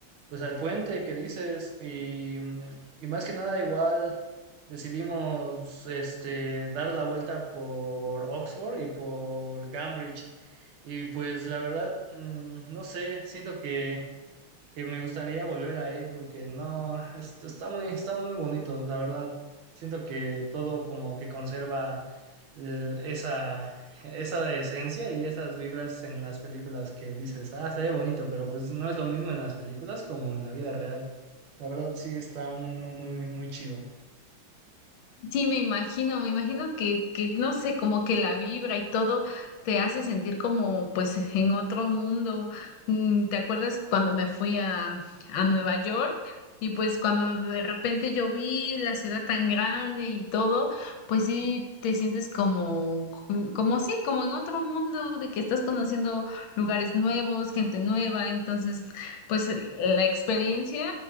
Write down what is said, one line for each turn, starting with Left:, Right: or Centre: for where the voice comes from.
Right: pues al puente que dices y, mm, y más que nada igual decidimos este dar la vuelta por Oxford y por Cambridge. Y pues la verdad, mm, no sé, siento que que me gustaría volver a ir porque no, es- está muy, está muy bonito, la verdad. Siento que todo como que conserva eh, esa, esa esencia y esas vibras en las películas que dices, ah, se ve bonito, pero pues no es lo mismo en las películas como en la vida real. La verdad sí está muy, muy, muy, muy chido.
Left: Sí, me imagino, me imagino que, que, no sé, como que la vibra y todo te hace sentir como pues en otro mundo. Mm, ¿Te acuerdas cuando me fui a, a Nueva York? Y pues cuando de repente yo vi la ciudad tan grande y todo, pues sí te sientes como, mm, como sí, como en otro mundo, de que estás conociendo lugares nuevos, gente nueva. Entonces, pues la experiencia